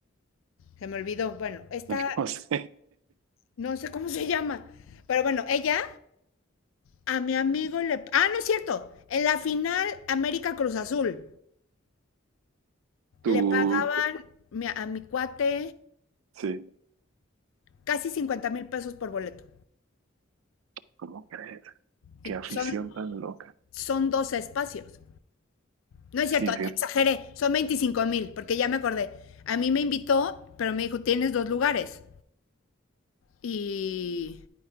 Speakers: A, on the left; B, on the right.
A: se me olvidó, bueno, esta,
B: <laughs> no sé.
A: no sé cómo se llama, pero bueno, ella a mi amigo le, ah, no es cierto, en la final América Cruz Azul,
B: Tú,
A: le pagaban mi- a mi cuate
B: sí,
A: casi cincuenta mil pesos por boleto.
B: ¿cómo crees? Qué
A: Y
B: afición
A: son,
B: tan loca.
A: son dos espacios. No es
B: Sí,
A: cierto,
B: fíjate.
A: exageré, son veinticinco mil, porque ya me acordé. A mí me invitó, pero me dijo, tienes dos lugares. Y,